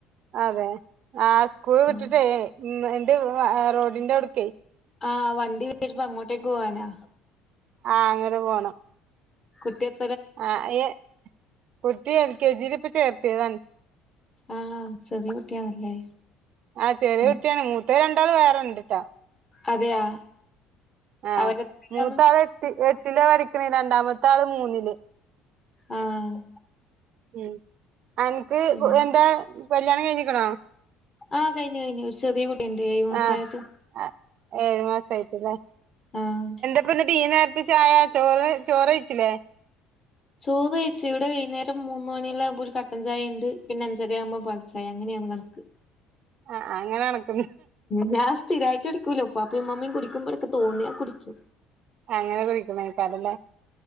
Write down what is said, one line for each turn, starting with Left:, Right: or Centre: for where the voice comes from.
Right: അതെ ആഹ് സ്കൂൾ വിട്ടിട്ടേ
Left: ആ
Right: മെഹന്തി റോഡിന്റെവിടക്കേ
Left: ആഹ് വണ്ടി കിട്ടിപ്പം അങ്ങോട്ടേക്ക് പോവാനാ
Right: ആഹ് അങ്ങനെ പോണ്
Left: കുട്ടിയക്ക്
Right: ആഹ് ഏഹ് കുട്ടി എൽ കെ ജിൽ ഇപ്പ ചേർത്തീയതാണ്
Left: ആഹ് ചെറിയ കുട്ടിയാണല്ലേ
Right: ആവ് ചെറിയ
Left: ആ,
Right: കുട്ടിയാണ് മൂത്തേ രണ്ടാള് വേറെണ്ടിട്ടാ
Left: അതെയാ
Right: ആഹ്
Left: അവരെത്രയിലാന്ന്
Right: മൂത്ത ആള് എട്ട് എട്ടിലാ പഠിക്ക്ണേ രണ്ടാമത്തെ ആള് മൂന്നില്
Left: ആഹ്
Right: ഉം അനക്ക്
Left: പിന്നെ
Right: എന്താ കല്യാണം കഴിഞ്ഞിക്കണോ
Left: ആഹ് കെയിഞ്ഞു കെയിഞ്ഞു ഒരു ചെറിയ കൂടിയുണ്ട് ഏഴ് മാസായതു
Right: ആഹ് ആഹ് ഏഴ് മാസായിട്ടില്ലേ
Left: ആഹ്
Right: ഇപ്പന്നിട്ട് ഈ നേരത്തെ ചായ ചോറ് ചോറ്യിച്ചില്ലേ
Left: ചോറ് വെയിച്ചു ഇടെ വൈകുന്നേരം മൂന്ന്‌ മണിയെല്ലാം ആവുമ്പോരു കട്ടൻ ചായണ്ട് പിന്നെ അഞ്ചര ആകുമ്പോ ഒരു പാൽചായ അങ്ങനെയാണ് കണക്ക്
Right: ആഹ് അങ്ങനെയാ കണക്ക്
Left: ഞാൻ സ്ഥിരായിട്ട്കുടിക്കുല ഉപ്പാപ്പേംമ്മമേം കുടിക്കുമ്പോഴൊക്കെ തോന്നിയാ കുടിക്കും
Right: അങ്ങനെ കുടിക്കണയ്ക്കാണല്ലേ